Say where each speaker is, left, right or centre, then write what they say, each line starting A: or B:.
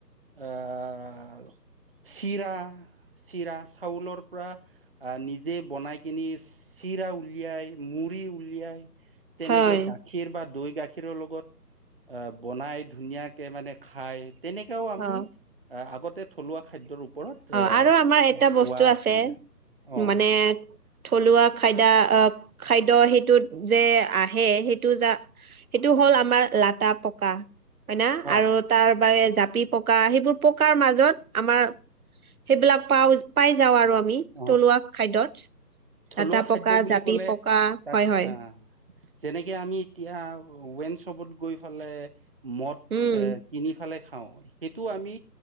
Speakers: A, on the right; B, on the right.
A: আহ চিৰা-চিৰা চাউলৰ পৰা আহ নিজে বনাই কিনি চিৰা উলিয়াই, মুড়ি উলিয়াই তেনেকে
B: হয়
A: গাখীৰ বা দৈ গাখীৰৰ লগত অ বনাই ধুনীয়াকে মানে খাই তেনেকাও আমি
B: অ
A: আগতে থলুৱা খাদ্যৰ ওপৰত
B: অ
A: এ
B: আৰু আমাৰ এটা বস্তু
A: পোৱা
B: আছে
A: আছিলে অ
B: মানে থলুৱা খাদ্য আহ খাদ্য সেইটোত যে আহে সেইটো যা সেইটো হ'ল আমাৰ লাটা পকা হয় না
A: অ
B: আৰু তাৰ বাবে জাপি পকা সেইবোৰ পকাৰ মাজত আমাৰ সেইবিলাক পাও পাই যাওঁ আৰু আমি
A: অ
B: থলুৱা খাদ্যত
A: থলুৱা
B: লাটা
A: খাদ্য
B: পকা
A: বুলি
B: জাপি
A: ক'লে
B: পকা
A: তাত
B: হয় হয়
A: আহ যেনেকে আমি এতিয়া ৱাইন চপত গৈ পেলায় ল মদ
B: উম
A: কিনি খাওঁ সেইটো আমি